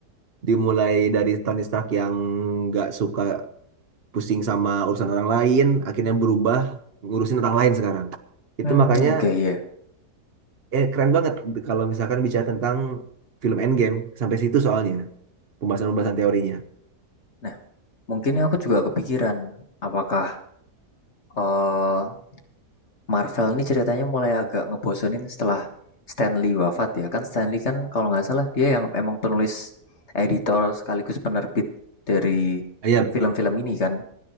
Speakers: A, on the right; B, on the left.
A: Dimulai dari Tony Stark yang nggak suka pusing sama urusan orang lain, akhirnya berubah ngurusin orang lain sekarang. Itu
B: Hmm,
A: makanya
B: oke iya.
A: eh, keren banget kalau misalkan bicara tentang film Endgame sampai situ soalnya pembahasan-pembahasan teorinya.
B: Nah, mungkin aku juga kepikiran apakah eh, Marvel ini ceritanya mulai agak ngebosenin setelah Stanley wafat ya kan Stanley kan kalau nggak salah dia yang emang penulis editor sekaligus penerbit dari
A: Ah, Iya, betul.
B: film-film ini kan